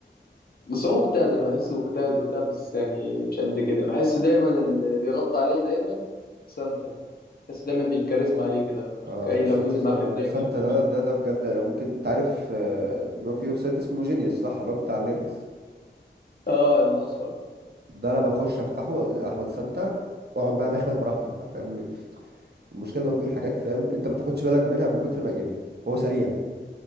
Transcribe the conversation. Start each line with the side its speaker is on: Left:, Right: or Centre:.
Left: بس هو مجتهد انا بحسه مجتهد وبتاع بس يعني مش قد كده بحس دايما اللي بيغطي عليه دايما سانتا بس دايما بيكاريزما عليه كده
Right: <laughs>
Left: اكتر
Right: اه
Left: كأي
Right: استاذ
Left: لو
Right: س-
Left: نزل معاه
Right: س-
Left: في تراك
Right: سانتا
Left: لو في
Right: ده
Left: فيديو
Right: ده ده بجد انا ممكن انت عارف آه، ان هو في ويب سايت اسمه جينيوس صح اللي هو بتاع الليركس
Left: اه الاصفر
Right: ده انا بخش افتحه احمد سانتا اقعد بقى مخمخ براحتك بقى فاهم المشكله ان هو بيقول حاجات فاهم انت ما بتاخدش بالك منها من كتر ما يعني هو سريع